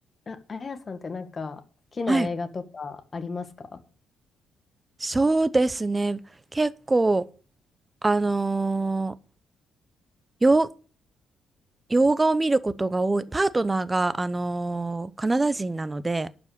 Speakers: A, on the left; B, on the right.
A: あ、あやさんってなんか好きな映画とかありますか
B: はい。そうですね。結構、あのー、洋、洋画を見ることが多い。パートナーが、あのーカナダ人なので、